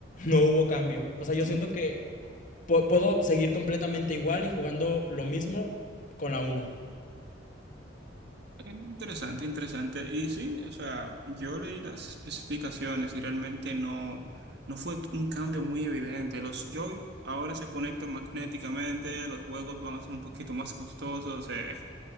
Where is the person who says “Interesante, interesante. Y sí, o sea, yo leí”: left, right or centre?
Right